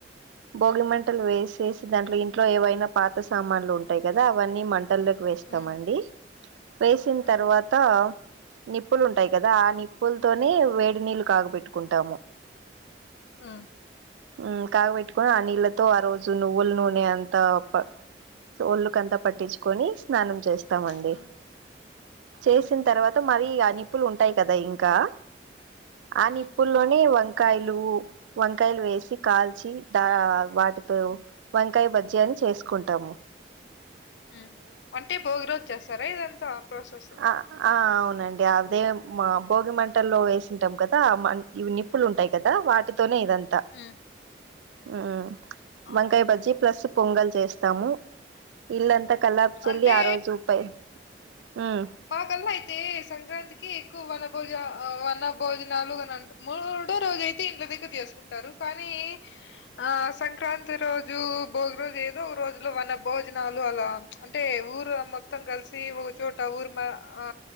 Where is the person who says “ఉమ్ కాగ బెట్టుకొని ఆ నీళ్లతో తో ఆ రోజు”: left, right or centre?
Right